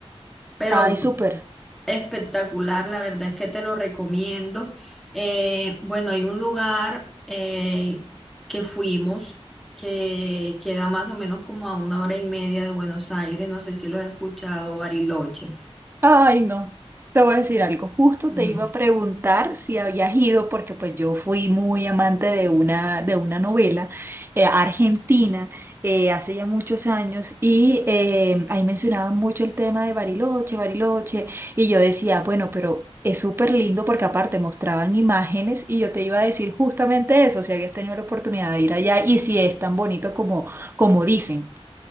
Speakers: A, in the centre; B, on the right.
A: Pero
B: Ay,
A: no,
B: súper.
A: espectacular, la verdad es que te lo recomiendo. Eh, bueno, hay un lugar eh, que fuimos que queda más o menos como a una hora y media de Buenos Aires, no sé si lo has escuchado, Bariloche.
B: Ay, no. Te voy a decir algo. Justo
A: Ujú.
B: te iba a preguntar si habías ido, porque pues yo fui muy amante de una, de una novela eh, argentina eh, hace ya muchos años y eh, ahí mencionaban mucho el tema de Bariloche, Bariloche, y yo decía, bueno, pero es súper lindo porque aparte mostraban imágenes y yo te iba a decir justamente eso, si habías tenido la oportunidad de ir allá y si es tan bonito como, como dicen.